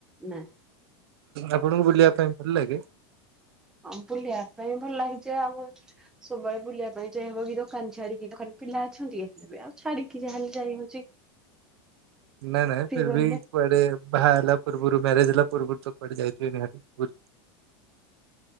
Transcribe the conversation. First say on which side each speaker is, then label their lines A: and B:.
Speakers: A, in the centre; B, on the right.
A: ନାଏ ।
B: ଆପଣଙ୍କୁ ବୁଲିବା ପାଇଁ ଭଲ ଲାଗେ?
A: ହଁ ବୁଲିବା ପାଇଁ ଭଲ ହେଇଛି ଆଉ। ସବୁବେଳେ ବୁଲିବା ପାଇଁ ଚାହିଁ ବୋଲି ଦୋକାନ ଛାଡିକି ତ ଖାଲି ପିଲା ଅଛନ୍ତି, ତେବେ ଆଉ ଛାଡିକି ଯାହାହେଲେ ଯାଇ ହଉଛି ।
B: ନାଇଁ ନାଇଁ, ଫିରବି
A: ରହିଲେ
B: କୁଆଡେ ବାହା ହେଲା ପୂର୍ବୁରୁ ମ୍ୟାରେଜ ହେଲା ପୁର୍ବୁରୁ ତ କୁଆଡେ଼ ଯାଇଥିବେ ନିହାତି ବୁ